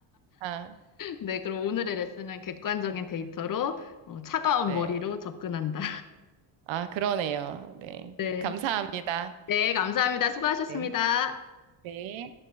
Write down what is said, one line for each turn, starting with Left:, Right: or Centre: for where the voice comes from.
Right: <laughs> 아,
Left: 네. 그럼 오늘의 레슨은 객관적인 데이터로 어, 차가운
Right: 네.
Left: 머리로 접근한다.
Right: 아, 그러네요. 네.
Left: 네,
Right: 감사합니다.
Left: 네, 감사합니다. 수고하셨습니다.
Right: 네. 네.